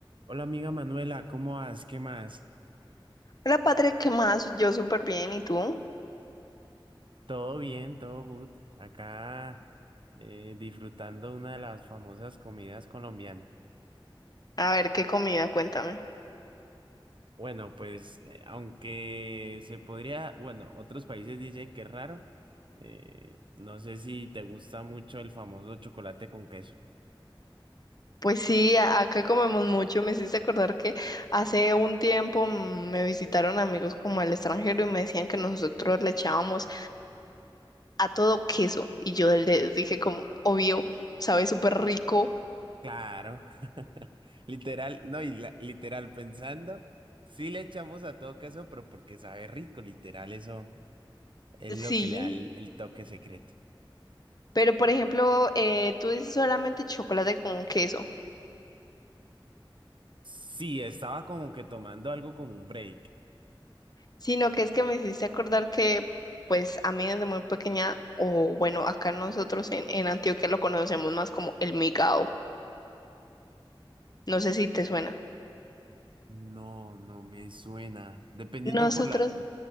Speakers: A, on the right; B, on the left.
A: Hola amiga Manuela, ¿cómo vas? ¿Qué más?
B: Hola, Patrick, ¿qué más? Yo súper bien, ¿y tú?
A: Todo bien, todo good. Acá eh, disfrutando una de las famosas comidas colombianas.
B: A ver, ¿qué comida? Cuéntame.
A: Bueno, pues eh, aunque se podría, bueno, otros países dicen que es raro. eh, no sé si te gusta mucho el famoso chocolate con queso.
B: Pues sí, a- acá comemos mucho. Me hiciste acordar que hace un tiempo mm, me visitaron amigos como al extranjero y me decían que nosotros le echábamos a todo queso. Y yo les dije como, obvio, sabe súper rico.
A: Claro, <laughs> literal, no, y la- literal pensando, sí le echamos a todo queso, pero porque sabe rico, literal, eso es lo
B: Sí,
A: que le da el el toque secreto.
B: pero por ejemplo, eh, tú dices solamente chocolate con queso.
A: Sí, estaba como que tomando algo como un break.
B: sino que es que me hiciste acordar que, pues, a mí desde muy pequeña, o bueno, acá nosotros en, en Antioquia lo conocemos más como el migao. No sé si te suena.
A: No, no me suena. Dependiendo
B: Nosotros,
A: por la,